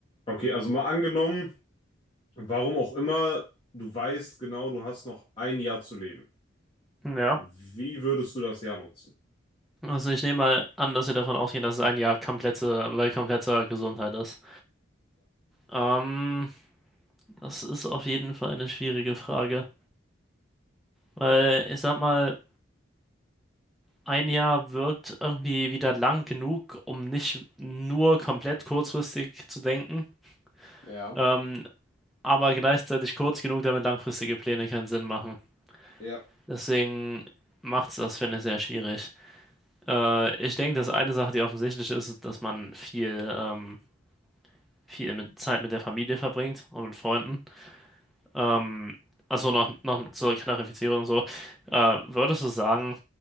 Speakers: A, on the left (about 25°); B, in the centre.
A: Okay, also mal angenommen, warum auch immer, du weißt genau, du hast noch ein Jahr zu leben.
B: Ja.
A: Wie würdest du das Jahr nutzen?
B: Also ich nehme mal an, dass wir davon ausgehen, dass es ein Jahr komplette, bei kompletter Gesundheit ist. Ähm, das ist auf jeden Fall eine schwierige Frage, weil ich sag mal, ein Jahr wirkt irgendwie wieder lang genug, um nicht nur komplett kurzfristig zu denken,
A: Ja,
B: ähm, aber gleichzeitig kurz genug, damit langfristige Pläne keinen Sinn machen.
A: ja.
B: Deswegen macht's das, finde ich, sehr schwierig. Äh, ich denke, dass eine Sache, die offensichtlich ist, ist, dass man viel ähm, viel mit Zeit mit der Familie verbringt und mit Freunden. Ähm, also noch, noch zur Klarifizierung so, äh, würdest du sagen,